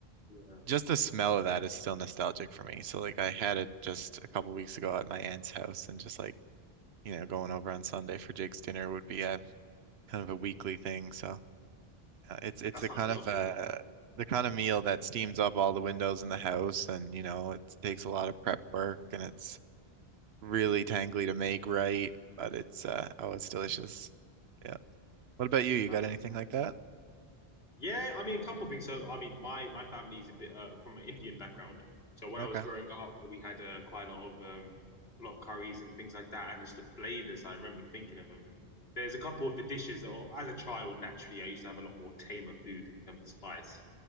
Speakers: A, on the left (about 70°); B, on the right (about 80°).
A: Yeah,
B: Just the smell of that is still nostalgic for me. So like I had it just a couple weeks ago at my aunt's house, and just like you know going over on Sunday for Jake's dinner would be a kind of a weekly thing. So uh, It's it's
A: that
B: the
A: sounds
B: kind
A: lovely.
B: of uh the kind of meal that steams up all the windows in the house and you know it takes a lot of prep work and it's really tangly to make right, but it's uh oh it's delicious. Yeah. What about you? You
A: Yeah,
B: got anything like that?
A: Yeah, I mean, a couple of things. So, I mean, my my family's a bit uh, from an Indian background. So when
B: Okay.
A: I was growing up, we had uh, quite a lot of um, a lot of curries and things like that, and just the flavors. I remember thinking of them, and there's a couple of the dishes that, are- as a child, naturally, I used to have a lot more tamer food in terms of spice.